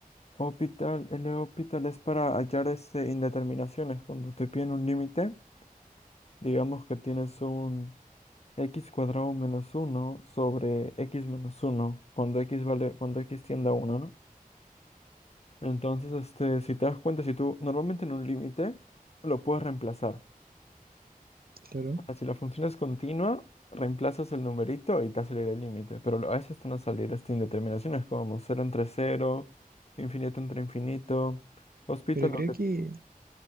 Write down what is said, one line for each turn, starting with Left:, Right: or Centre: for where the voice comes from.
Left: Hospital, el hospital es para hallar este, indeterminaciones. Cuando te piden un límite, digamos que tienes un x cuadrado menos uno sobre x menos uno cuando x vale, cuando x tiende a uno, ¿no? Entonces, este, si te das cuenta, si tú normalmente en un límite lo puedes reemplazar.
Right: Claro.
Left: Si la función es continua, reemplazas el numerito y te va a salir el límite. Pero lo- a veces te van a salir estas indeterminaciones como cero entre cero, infinito entre infinito. Hospital,
Right: Pero creo
Left: lo que...
Right: que,